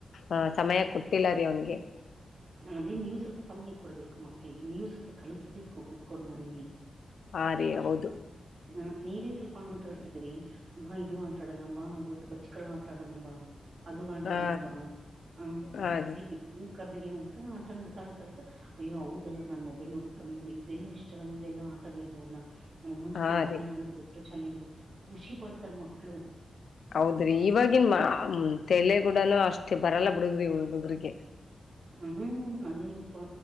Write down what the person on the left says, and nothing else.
ಆ ಸಮಯ ಕೊಟ್ಟಿಲ್ಲ ರೀ ಅವ್ನಿಗೆ
ಹಾ ರೀ ಹೌದು
ಹಾ
ಹಾ
ರೀ
ಹಾ
ರೀ
ಹೌದ್ರಿ ಇವಾಗಿನ್ ತೆಲೆಗೂಡನ ಅಷ್ಟೇ ಬರಲ್ಲ ಬಿುಡುಗ್ರಿ ಹುಗ್ರಿಗೆ